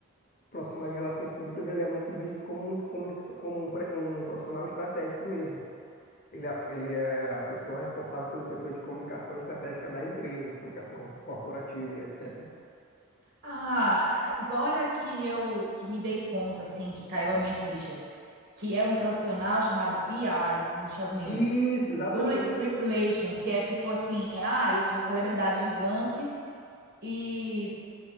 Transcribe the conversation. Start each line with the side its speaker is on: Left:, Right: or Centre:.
Left: profissional de relações públicas ele é muito visto como, um comuni- como, um, pre- um profissional estratégico mesmo. Ele é, ele é a pessoa responsável pelo setor de comunicação estratégica da empresa, comunicação co- corporativa e etc.
Right: Ah, agora que eu que me dei conta, assim, que caiu a minha ficha, que é um profissional chamado PR nos Estados Unidos.
Left: Isso, exatamente.
Right: Public Relations, que é tipo assim, ah, eu sou uma celebridade gigante e